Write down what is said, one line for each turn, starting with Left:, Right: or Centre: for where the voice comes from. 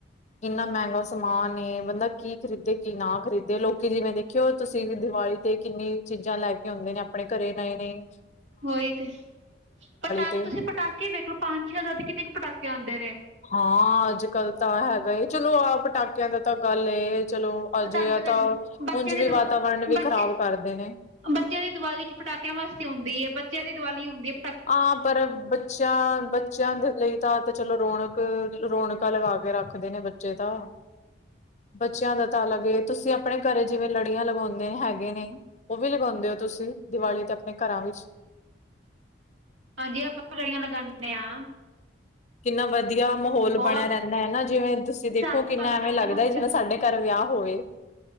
Left: ਇੰਨਾ ਮਹਿੰ ਗਾਂ ਸਮਾਨ ਏ ਬੰਦਾ ਕੀ ਖਰੀਦੇ ਕੀ ਨਾ ਖਰੀਦੇ ਲੋਕੀ ਜਿਵੇਂ ਦੇਖਿਓ ਤੁਸੀਂ ਦੀਵਾਲੀ ਤੇ ਕਿੰਨੀ ਚੀਜ਼ਾਂ ਲੈ ਕੇ ਆਉਂਦੇ ਨੇ ਆਪਣੇ ਘਰੇ ਨਈ-ਨਈ।
Right: ਉਹੀ ਤੇ, ਪਟਾਕੇ
Left: ਤੇ
Right: ਤੁਸੀਂ ਪਟਾਕੇ ਵੇਖ ਲਓ ਪੰਜ-ਛੇ ਹਜ਼ਾਰ ਦੇ ਕਿੰਨੇ ਕ ਪਟਾਕੇ ਆਉਂਦੇ ਨੇ
Left: ਹਾਂ ਅੱਜ-ਕੱਲ੍ਹ ਤਾਂ ਹੈਗਾ ਏ ਚੱਲੋ ਆਪ ਪਟਾਕਿਆਂ ਦਾ ਤਾਂ ਗੱਲ ਏ ਚੱਲੋ
Right: ਪਤਾ
Left: ਅਜਿਹਾ
Right: ਨੀ ਪਤਾ
Left: ਤਾਂ,
Right: ਬੱਚਿਆਂ
Left: ਉਂਝ ਵੀ
Right: ਦੀ ਦਵਾ
Left: ਵਾਤਾਵਰਨ ਵੀ
Right: ਬੱਚੇ
Left: ਖ਼ਰਾਬ ਕਰਦੇ ਨੇ।
Right: ਬੱਚਿਆਂ ਦੀ ਦੀਵਾਲੀ 'ਚ' ਪਟਾਕਿਆਂ ਵਾਸਤੇ ਆਉਂਦੀ ਏ ਬੱਚਿਆਂ ਦੀਵਾਲੀ ਹੁੰਦੀ ਏ
Left: ਆ ਪਰ ਬੱਚਿਆਂ, ਬੱਚਿਆਂ ਦੇ ਲਈ ਤਾਂ ਤੇ ਚੱਲੋ ਰੌਣਕ-ਰੌਣਕਾਂ ਲਗਾ ਕੇ ਰੱਖਦੇ ਨੇ ਬੱਚੇ ਤਾਂ ਬੱਚਿਆਂ ਦਾ ਤਾਂ ਅਲੱਗ ਏ ਤੁਸੀਂ ਆਪਣੇ ਘਰੇ ਜਿਵੇਂ ਲੜੀਆਂ ਲਗਾਉਂਦੇ ਹੈਗੇ ਨੇ। ਉਹ ਵੀ ਲਗਾਉਂਦੇ ਓ ਤੁਸੀਂ ਦੀਵਾਲੀ ਤੇ ਆਪਣੇ ਘਰਾਂ ਵਿੱਚ
Right: ਹਾਂਜੀ ਆਪਾਂ ਲੀੜੀਆਂ ਲਗਾਣੇ ਆ।
Left: ਕਿੰਨਾ ਵਧੀਆ ਮਾਹੌਲ
Right: ਉਹ
Left: ਬਣਿਆ ਰਹਿੰਦਾ ਐ ਨਾ ਜਿਵੇਂ ਤੁਸੀਂ ਦੇਖੋ
Right: ਸਾਰੇ
Left: ਕਿੰਨਾ
Right: ਪਾਸੇ
Left: ਐਵੇਂ
Right: ਚੰਡ
Left: ਲੱਗਦਾ
Right: ਨੂੰ
Left: ਜਿਵੇਂ ਸਾਡੇ ਘਰ ਵਿਆਹ ਹੋਵੇ,